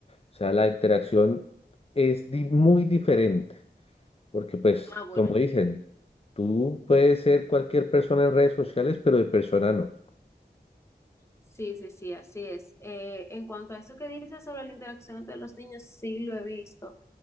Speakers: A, on the left (about 35°); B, on the left (about 15°).
A: O sea, la interacción es di- muy diferente, porque pues,
B: Ah, bueno,
A: como dicen, tú puedes ser cualquier persona en redes sociales, pero de persona no.
B: Sí, sí, sí, así es. Eh, en cuanto a eso que dices sobre la interacción entre los niños, sí lo he visto.